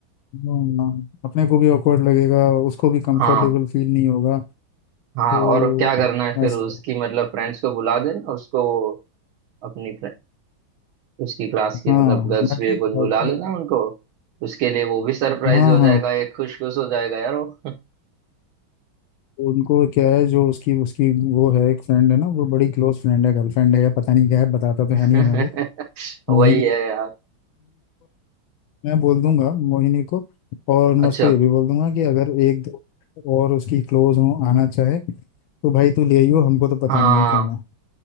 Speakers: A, on the left; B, on the right.
A: हाँ, अपने को भी awkward लगेगा उसको भी कंफर्टेबल
B: हाँ
A: फील नहीं होगा तो
B: हाँ और क्या करना है फिर
A: ऐसे
B: उसकी मतलब फ्रेंड्स को बुला देना उसको अपनी उसकी क्लास की
A: हाँ
B: मतलब गर्ल्स
A: बाकी
B: भी कुछ
A: बाकी
B: बुला लेना उनको उसके लिए वो भी सरप्राइज
A: हाँ
B: हो
A: हाँ
B: जाएगा एक खुश खुश हो जाएगा यार वो
A: उनको क्या है जो उसकी उसकी वो है एक फ्रेंड है ना वो बड़ी क्लोज फ्रेंड है गर्लफ्रेंड है या पता नहीं क्या है बताता तो
B: <laughs>
A: है नहीं हमें वो
B: वही
A: मोहिनी
B: है यार
A: मैं बोल दूंगा मोहिनी को और मैं
B: अच्छा
A: उसको ये भी बोल दूंगा कि अगर एक दो और उसकी क्लोज हो आना चाहे तो भाई तू ले आइयो हमको तो पता
B: हाँ
A: नहीं है कौन है